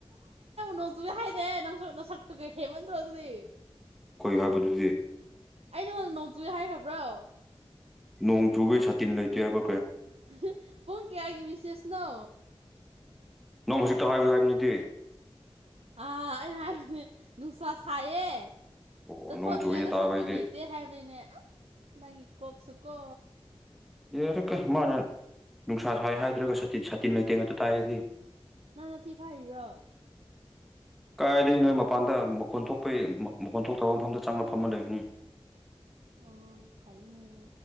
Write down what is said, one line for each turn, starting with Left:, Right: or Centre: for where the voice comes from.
Right: ꯅꯣꯡꯆꯨꯋꯦ ꯍꯥꯢꯗꯦ ꯅꯪꯁꯨ ꯅꯁꯛꯇꯨꯒꯦ ꯍꯦꯃꯟꯗ꯭ꯔꯣ ꯑꯗꯨꯗꯤ
Centre: ꯀꯩ ꯍꯥꯏꯕꯗꯨꯗꯤ
Right: ꯑꯩ ꯅꯉꯣꯟꯗ ꯅꯣꯡ ꯆꯨꯏ ꯍꯥꯏꯈ꯭ꯔꯕ꯭ꯔꯣ
Centre: ꯅꯣꯡ ꯆꯨꯕꯒꯤ ꯁꯥꯇꯤꯟ ꯂꯩꯇꯦꯕ
Right: <unintelligible> ꯄꯨꯡ ꯀꯌꯥꯒꯤ ꯃꯤꯁꯦꯁꯅꯣ
Centre: ꯅꯪ ꯍꯧꯖꯤꯛꯇ ꯍꯥꯏꯌꯨ ꯍꯥꯏꯕꯅꯤꯗꯤ
Right: ꯑꯥ ꯑꯩꯅ ꯍꯥꯏꯕꯗꯤ ꯅꯨꯡꯁꯥ ꯁꯥꯏꯌꯦ
Centre: ꯑꯣ
Right: ꯆꯠꯊꯣꯛꯅꯤꯡꯉꯥꯏ
Centre: ꯅꯣꯡ ꯆꯨꯅ
Right: ꯗꯨ
Centre: ꯇꯥꯕꯩꯗꯤ
Right: ꯁꯥꯠꯇꯤꯟ ꯂꯩꯇꯦ ꯍꯥꯏꯕꯅꯤꯅꯦ ꯑꯁ ꯅꯪꯒꯤ ꯀꯣꯛꯁꯨꯀꯣ
Centre: ꯑꯦ ꯑꯗꯨꯀꯛ ꯃꯥꯅ ꯅꯨꯡꯁꯥ ꯁꯥꯏ ꯍꯥꯏꯗ꯭ꯔꯒꯁꯨ ꯁꯥꯇꯤꯟ ꯁꯥꯇꯤꯟ ꯂꯩꯇꯦ ꯑꯗꯨ ꯇꯥꯢꯌꯦ ꯑꯩꯗꯤ
Right: ꯅꯪ ꯅꯊꯤ ꯐꯥꯢꯔꯤꯔꯣ
Centre: ꯀꯥꯏꯗꯒꯤ ꯅꯣ ꯃꯄꯥꯟꯗ ꯃꯈꯣꯟ ꯊꯣꯛꯄꯒꯤ ꯃꯈꯣꯟ ꯊꯣꯛꯇꯕ ꯃꯐꯝꯗ ꯆꯪꯉꯥ ꯐꯝꯃ ꯂꯩꯕꯅꯤ
Right: ꯑꯣ ꯐꯩꯅꯦ